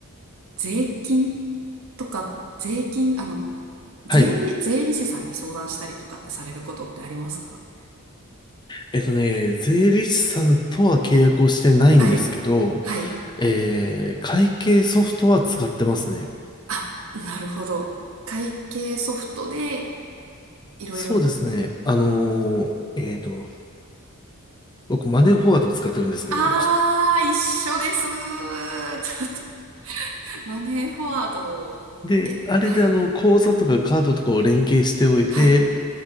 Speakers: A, on the right (about 65°); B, on the left (about 20°).
A: 税金とか、税金、あの、税理、
B: はい。
A: 税理士さんに相談したりとかってされることってありますか
B: えっとね、税理士さんとは契約をしてないんですけど、
A: はい、はい。
B: えー、会計ソフトは使ってますね。
A: あ、なるほど。会計ソフトでいろいろ、
B: そうですね。あのーえっと、僕、マネーフォワードを使ってるんですけど、
A: あー、一緒です。ちょっとマネーフォワード、
B: で、
A: え、
B: あれであの、
A: はい、
B: 口座とかカードとかを連携しておいて、
A: はい、